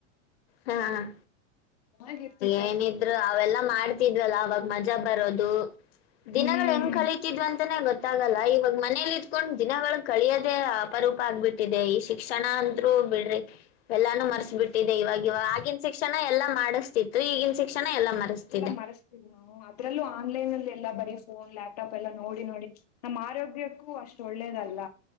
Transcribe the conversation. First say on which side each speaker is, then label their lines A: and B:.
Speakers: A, on the left (about 50°); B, on the left (about 30°).
A: ಹಾ ಹ
B: ಚೆನ್ನಾಗಿರ್ತಿತ್ತ
A: ಏನಿದ್ರು ಅವೆಲ್ಲ ಮಾಡ್ತಿದ್ವಲ್ಲ ಅವಾಗ್ ಮಜಾ ಬರೋದು ದಿನಗಳು
B: ಹ್ಮ್
A: ಹೆಂಗ್ ಕಳಿತಿದ್ವ ಅಂತಾನ ಗೊತ್ತಾಗಲ್ಲ ಇವಾಗ ಮನೇಲಿ ಇತ್ಕೊಂಡ್ ದಿನಗಳು ಕಳಿಯೋದೇ ಅಪರೂಪ ಆಗ್ಬಿಟ್ಟಿದೆ ಈ ಶಿ ಕ್ಷಣ
B: ಹ್ಮ್
A: ಅಂತ್ರು ಬಿಡ್ರಿ ಎಲ್ಲಾನು ಮರ್ಸ್ಬಿಟ್ಟಿದೆ ಇವಾಗ ಆಗಿನ ಶಿಕ್ಷಣ ಎಲ್ಲ ಮಾಡಿಸ್ತಿತ್ತು ಈಗಿನ ಶಿಕ್ಷಣ ಎಲ್ಲಾ ಮರೆಸ್ತಿದೆ
B: ಎಲ್ಲ ಮರೆಸ್ತೀವಿ ನಾವು ಅದ್ರಲ್ಲೂ ಆನ್ಲೈನ್ ಅಲ್ಲಿ ಇಲ್ಲ ಬರೀ ಫೋನ್ ಲ್ಯಾಪ್ಟಾಪ್ ಎಲ್ಲ ನೋಡಿ ನೋಡಿ ನಮ್ಮ ಆರೋಗ್ಯಕ್ಕೂ ಅಷ್ಟ ಒಳ್ಳೇದಲ್ಲ,